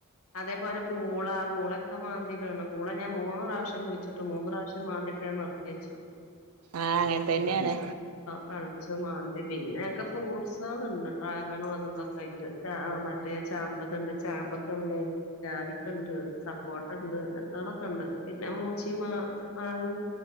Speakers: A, on the left; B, on the right.
A: അതേപോലെ പൂളാ പൂളൊക്കെ മാന്തിട്ടാണ് പൂള ഞാൻ മൂന്ന് പ്രാവശ്യം കുഴിച്ചിട്ട് മൂന്ന് പ്രാവശ്യം മാന്തിട്ടന്ന് നിർത്തിവച്ചു
B: ആ അങ്ങനെ തന്നെയാണ്
A: കളച്ച് മാന്തി പിന്നെ ഒക്കെ ഫ്രൂട്ട്സുകളുണ്ട് ട്രാഗണും അതന്തൊക്കെ ആയിട്ട് ആ മറ്റേ ചാമ്പത്ണ്ട് ചാമ്പക്കുണ്ട് ജാതിക്കണ്ട് സപ്പോർട്ടണ്ട് അങ്ങനത്തളൊക്കെ ഉണ്ട് പിന്നെ മൂച്ചയും മാ മാങ്ങ